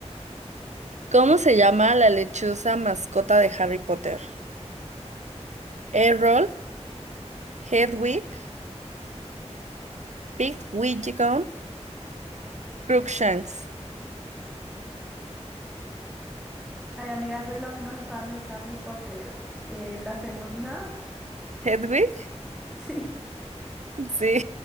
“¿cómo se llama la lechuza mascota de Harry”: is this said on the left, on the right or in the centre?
Right